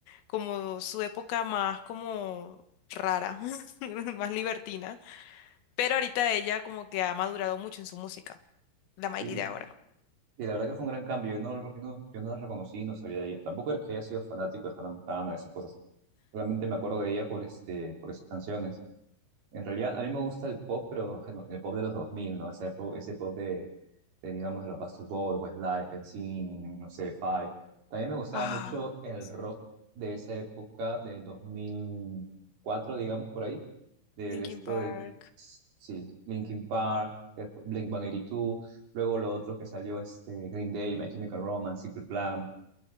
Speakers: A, on the left; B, on the right.
A: como su época más como rara, <laughs> más libertina. Pero ahorita ella como que ha madurado mucho en su música, la
B: Sí,
A: Miley de ahora.
B: y la verdad que fue un gran cambio. Yo no, yo no, yo no la reconocí, no sabía de ella. Tampoco es que haya sido fanático de Hannah Montana, esas cosas. Solamente me acuerdo de ella por, este, por esas canciones. En realidad, a mí me gusta el pop, pero bueno, el pop de los dos mil ¿no? Ese pop, ese pop de, de, digamos, de los Backstreet Boys, Westlife, NSYNC, no sé, Five. También me gustaba
A: Ah,
B: mucho el
A: sí.
B: rock de esa época, del dos mil cuatro digamos, por ahí, de,
A: Linkin
B: esto
A: Park.
B: de, sí, Linkin Park, eh, Blink-182, luego lo otro que salió, este, Green Day, My Chemical Romance, Simple Plan.